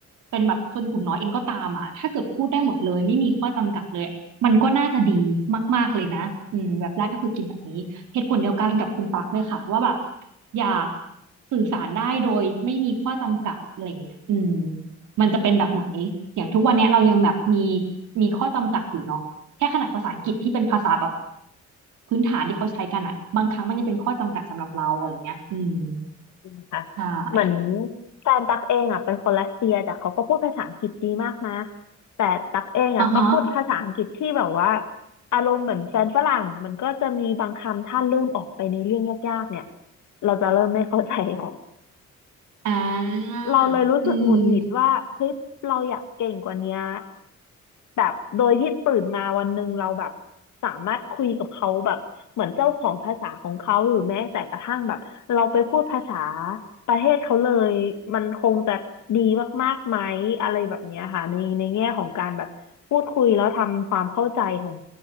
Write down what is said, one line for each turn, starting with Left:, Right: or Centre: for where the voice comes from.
Right: เป็นแบบชนกลุ่มน้อยเองก็ตามอะถ้าเกิดพูดได้หมดเลยไม่มีข้อจำกัดเลยมันก็น่าจะดีมากๆเลยนะอืมแบบแรกก็คือคิดแบบนี้ เหตุผลเดียวกันกับคุณปักเลยค่ะว่าแบบอยากสื่อสารได้โดยไม่มีข้อจำกัดอะไรเงี้ยอืมมันจะเป็นแบบไหนอย่างทุกวันเนี้ยเรายังแบบมีมีข้อจำกัดอยู่เนาะแค่ขนาดภาษาอังกฤษที่เป็นภาษาแบบพื้นฐานที่เขาใช้กันอะบางครั้งมันยังเป็นข้อจำกัดสำหรับเราอะไรเงี้ยอืม
Left: นะคะ
Right: ใช่
Left: เหมือนแฟนตักเองอ่ะเป็นคนรัสเซียแต่เขาก็พูดภาษาอังกฤษดีมากนะแต่ตักเองอ่ะก็พูดภาษาอังกฤษที่แบบว่า
Right: อ่าฮะ
Left: อารมณ์เหมือนแฟนฝรั่งมันก็จะมีบางคำถ้าลืมออกไปในเรื่องยากๆเนี่ยเราจะเริ่มไม่เข้าใจแล้ว
Right: อ่า
Left: เราเลยรู้สึกหงุดหงิดว่าเฮ้ยเราอยากเก่งกว่าเนี้ย
Right: อืม
Left: แบบโดยที่ตื่นมาวันหนึ่งเราแบบสามารถคุยกับเขาแบบเหมือนเจ้าของภาษาของเขาหรือแม้แต่กระทั่งแบบเราไปพูดภาษาประเทศเขาเลยมันคงจะดีมากๆไหมอะไรแบบเนี้ยค่ะในในแง่ของการแบบพูดคุยแล้วทำความเข้าใจของ